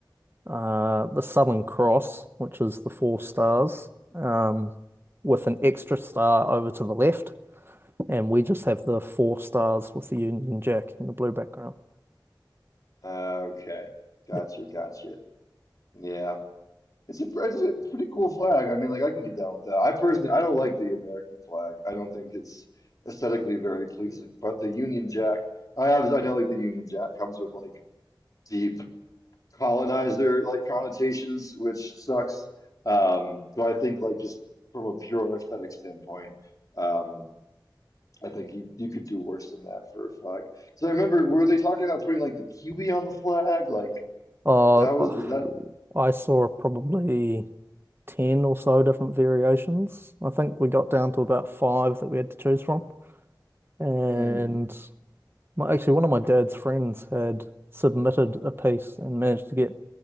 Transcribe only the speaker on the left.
Uh, okay. Gotcha,
gotcha. Yeah. It's a, it's a pretty cool flag. I mean, like I can get down with that. I personally, I don't like the American flag. I don't think it's aesthetically very pleasing. But the Union Jack, I obviously I know like the Union Jack comes with like deep colonizer like connotations, which sucks. Um, but I think like just from a pure aesthetic standpoint, um, I think you you could do worse than that for a flag. So I remember, were they talking about putting like the QB on the flag? Like
that was was that?
Hmm.